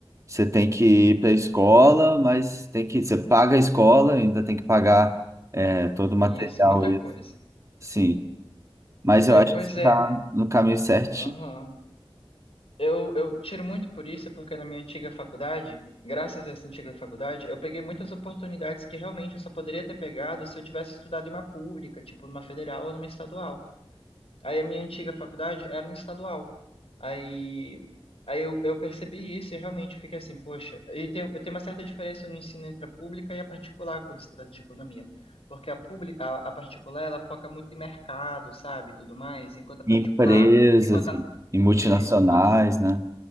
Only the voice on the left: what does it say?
isso, muita
coisa.
Aí,
pois
é,
aham. Eu, eu tiro muito por isso, porque na minha antiga faculdade, graças a essa antiga faculdade, eu peguei muitas oportunidades que realmente eu só poderia ter pegado se eu tivesse estudado em uma pública, tipo numa federal ou numa estadual. Aí a minha antiga faculdade era uma estadual. Aí, aí eu, eu percebi isso e realmente fiquei assim, poxa, e tem, eu tenho uma certa diferença no ensino entre a pública e a particular quando se trata de economia. Porque a pública, a, a particular, ela foca muito em mercado, sabe, tudo mais, enquanto a particular,
enquanto
a,
isso, a- i-